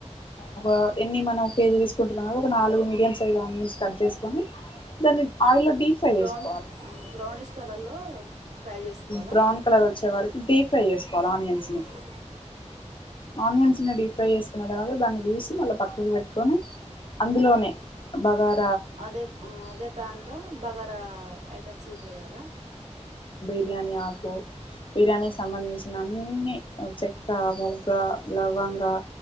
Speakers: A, on the left (about 45°); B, on the right (about 70°).
A: ఒక ఎన్ని మనం ఒక కేజీ తీసుకుంటున్నాం కదా ఒక నాలుగు మీడియం సైజు ఆనియన్స్ కట్ చేసుకొని దని ఆయిలో డీప్ఫ్రై
B: బ్రౌన్
A: చేసుకోవాలి
B: బ్రౌనిష్ కలర్లో ఫ్రై చేసుకోవాలా
A: బ్రౌన్ కలర్ వచ్చే వరకు డీప్ ఫ్రై చేసుకోవాలి ఆనియన్స్ ని
B: ఓకే
A: ఆనియన్స్ ని డీప్ ఫ్రై చేస్కుని అలగే దాని మళ్ళీ తీసి పక్కన పెట్టుకుని అందులోనే బాగారా
B: అదే అదే ప్యాన్లో బగారా ఐటమ్స్ గీట్లా వేయాలా
A: బిర్యాని ఆకు బిర్యానీకి సంబంధించిన అన్ని చెక్క మొగ్గ లవంగా